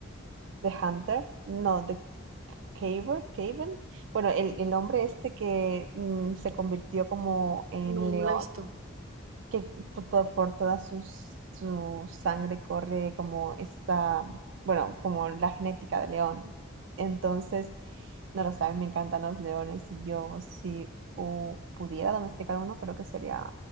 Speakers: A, on the right (about 60°); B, on the right (about 75°).
A: The Hunter, no, The Caver, Caven. Bueno, el, el hombre este que mm, se convirtió como en
B: No,
A: león,
B: no la he visto.
A: que to- to- por toda sus- su sangre corre como esta, bueno, como la genética de león. Entonces, no lo sabes, me encantan los leones y yo si uh, pudiera domesticar uno, creo que sería